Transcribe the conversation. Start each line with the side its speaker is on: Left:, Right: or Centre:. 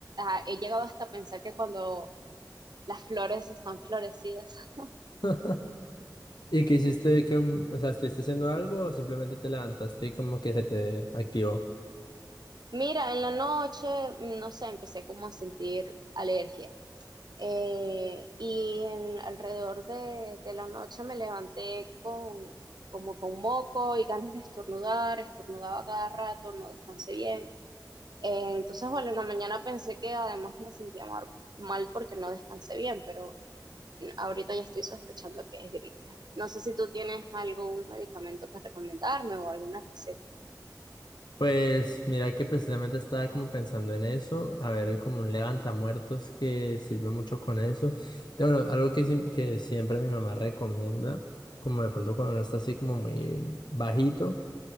Right: a- he llegado hasta a pensar que cuando las flores están florecidas. <laughs>
Left: <laughs> ¿Y qué hiciste? Que, o sea, ¿estuviste haciendo algo o simplemente te levantaste y como que se te activó?
Right: Mira, en la noche, no sé, empecé como a sentir alergia. Eh, y en- alrededor de, de la noche me levanté con, como con moco y ganas de estornudar, estornudaba cada rato, no descansé bien. Eh, entonces, bueno, en la mañana pensé que además me sentía mar- mal porque no descansé bien, pero mm, ahorita ya estoy sospechando que es gripe. No sé si tú tienes algún medicamento que recomendarme o alguna receta.
Left: Pues mira que precisamente estaba como pensando en eso, a ver, hay como un levantamuertos que sirve mucho con eso. De, bueno, algo que, sim- que siempre mi mamá recomienda, como de pronto cuando uno está así como muy bajito